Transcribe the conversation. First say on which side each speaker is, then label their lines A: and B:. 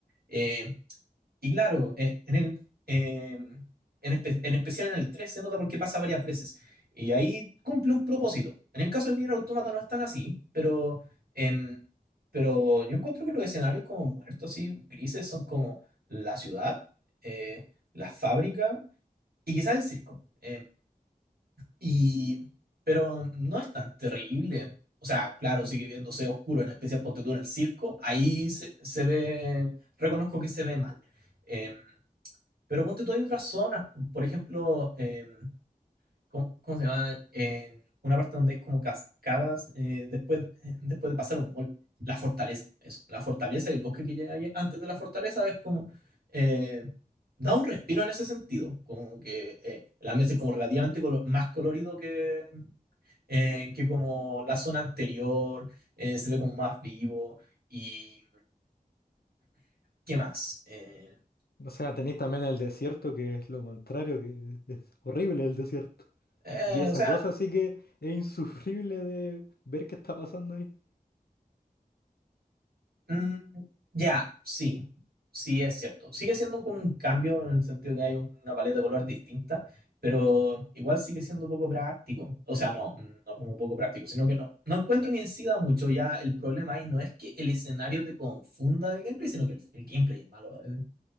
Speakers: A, on the right; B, on the left.
A: Eh, y claro, eh, en el, eh, en, espe- en especial en el 3 se nota porque pasa varias veces. Y ahí cumple un propósito. En el caso del Nier Automata no es tan así, pero, em, pero yo encuentro que los escenarios como muertos, así, grises, son como la ciudad, eh, la fábrica y quizás el circo. Em, y, pero no es tan terrible. O sea, claro, sigue viéndose oscuro, en especial porque tú en el circo, ahí se, se ve, reconozco que se ve mal. Em, pero ponte tú, hay otras zonas, por ejemplo, eh, ¿cómo, cómo se llama? En una parte donde hay como cascadas eh, después, eh, después de pasar un mall. La fortaleza, eso. La fortaleza y el bosque que llega ahí antes de la fortaleza es como... eh, da un respiro en ese sentido, como que eh, el ambiente es como relativamente colo- más colorido que, eh, que como la zona anterior, eh, se ve como más vivo y qué más. Eh,
B: O sea, tenéis también el desierto, que es lo contrario, que es horrible el desierto.
A: eh,
B: Y esa
A: o sea,
B: cosa sí que es insufrible de ver qué está pasando ahí.
A: Mm, ya, sí, sí es cierto. Sigue siendo como un cambio en el sentido que hay un- una paleta de color distinta, pero igual sigue siendo poco práctico. O sea, no, mm, no como poco práctico, sino que no, no encuentro que incida mucho. Ya el problema ahí no es que el escenario te confunda del gameplay, sino que el, el gameplay es malo. eh.